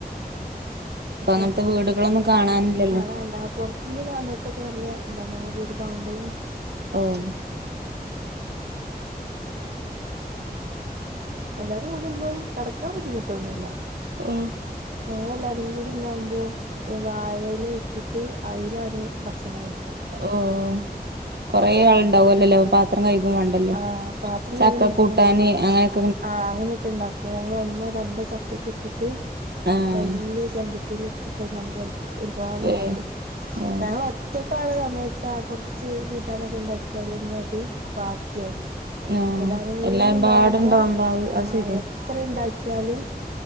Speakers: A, on the right (about 85°); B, on the right (about 65°).
A: ഇപ്പ
B: അപ്പം
A: അങ്ങനത്തെ വീടുകളൊന്നും കാണാനില്ലല്ലോ
B: കാണാല്ല <unintelligible> ഇന്ന് കാണുന്നവർക്കൊക്കെ നല്ലെ ഇത് തന്നെ ഞങ്ങളെ വീട് കാണുമ്പള്.
A: ഓഹ്
B: എല്ലാവരും കൂടുമ്പം കടക്കാൻ ബുദ്ധിമുട്ടൊന്നുല്ല.
A: ഓഹ്.
B: ഞങ്ങള് എല്ലാവരും കൂടി ഇണ്ടാവ്മ്പം ഈ വാഴയില വെട്ടിയിട്ട് അയിലാണ് ഭക്ഷണം കഴിക്ക.
A: ഓഹ് കൊറേ ആള് ഉണ്ടാവല്ലൊ ലെ അപ്പ ത്രം കഴുകും വേണ്ടല്ലോ
B: ആ, പാത്രം
A: ചക്ക
B: കഴുകണ ബുദ്ധിമുട്ട്
A: കൂട്ടാന് അങ്ങനെ ഒ
B: ആഹ് അങ്ങനെ ഒക്കെ ഇണ്ടാക്കും ഞങ്ങള് ഒന്നോ രണ്ടോ ചക്ക ഒക്കെ ഇട്ടിട്ട്.
A: ആഹ്
B: വല്ല്യെ ചെമ്പട്ടീല് ഇട്ടിട്ട് <unintelligible> ഒര്പാട്
A: വേ
B: ഉണ്ടാക്കും
A: ഓ
B: ഞങ്ങളെ ഒറ്റക്കാണെ സമയത്ത് ആ കൊർച്ച് കൂട്ടാനൊക്കെ ഉണ്ടാക്കിയാൽ തന്നെ അത് ബാക്കിയാവും.
A: ആഹ്
B: എല്ലാവരും
A: എല്ലാരുംപാടുണ്ടാവുമ്പോ
B: കൂടി ഉണ്ടാവുമ്പം ആഹ്
A: അത് ശരിയാ
B: എത്ര ഉണ്ടാക്കിയാലും